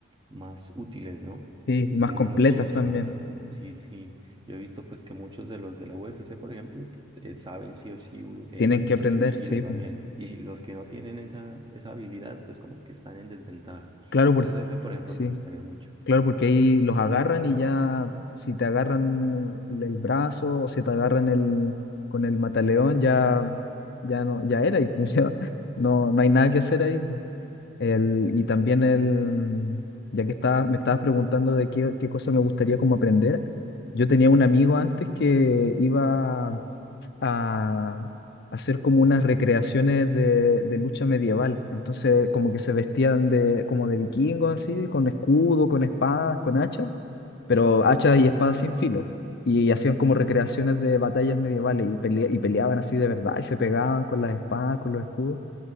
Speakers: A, on the right; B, on the left.
A: más útiles, ¿no?
B: Sí, y
A: Sirve
B: más completas
A: muchísimo.
B: también.
A: Sí, sí. Yo he visto pues que muchos de los de la UFC, por ejemplo, eh, saben sí o sí u- eh,
B: Tienen
A: Jiu-Jitsu
B: que aprender,
A: y,
B: sí,
A: y les
B: pues.
A: va bien. Y si los que no tienen esa, esa habilidad, pues como que están en desventaja.
B: Claro,
A: Entonces
B: porque
A: ese, por ejemplo,
B: sí.
A: me gustaría mucho.
B: Claro, porque ahí los agarran y ya, si te agarran el brazo o si te agarran el, con el mataleón, ya, ya no, ya era y pues <laughs> ya no, no hay nada que hacer ahí. El, y también el, ya que estaba, me estabas preguntando de qué, qué cosa me gustaría como aprender, yo tenía un amigo antes que iba a hacer como unas recreaciones de, de lucha medieval. Entonces, como que se vestían de, como de vikingos, así, con escudo, con espadas, con hachas, pero hachas y espadas sin filo. Y hacían como recreaciones de batallas medievales y, pelea- y peleaban así de verdad y se pegaban con las espadas, con los escudos.